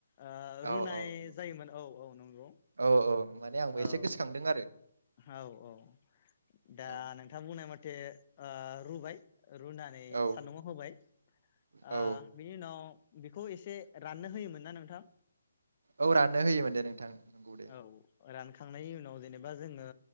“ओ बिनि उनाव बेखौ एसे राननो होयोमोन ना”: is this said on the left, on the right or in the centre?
Left